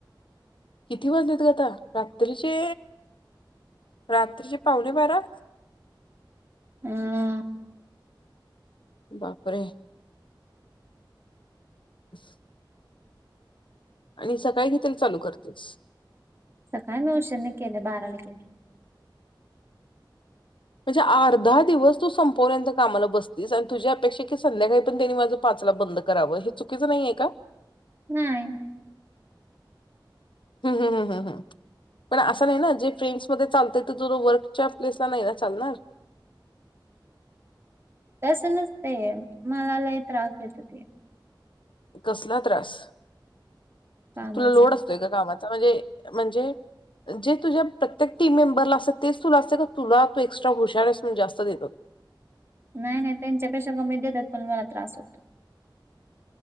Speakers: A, on the left; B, on the right.
A: किती वाजलेेत गं आता. रात्रीचे रात्रीचे पाउणे बारा.
B: हम्म.
A: बापरे. <inaudible> आणि सकाळी कितीला चालू करतेस?
B: सकाळी मी उशीने केले बाराला केले.
A: म्हणजे अर्धा दिवस तू संपवल्यांत कामाला बसतीस आणि तुझी अपेक्षा की संध्याकाळी पण त्यांनी माझं पाच बंद कराव हे चुकीचं नाहीये का?
B: हम्म.
A: हम् हम हम् हम हम. पण असं नाही ना जे फ्रेंड्समध्ये चालत ते तु वर्कच्या प्लेसला नाही ना चालणार. <inaudible>
B: तस नसतय मला लयी त्रास देत ते.
A: कसला त्रास?
B: कामाचा
A: तुला लोड असतो एका कामा चा म्हणजे म्हणजे जे तुझ्या प्रत्येक टीम मेंबरला असत, तेच तुला असते का तुला तू एक्स्ट्रा हुशार आहेस, म्हणून जास्त देतात. <inaudible>
B: नाही नाही त्यांच्यापेक्षा कमी देतात, पण मला त्रास होतो.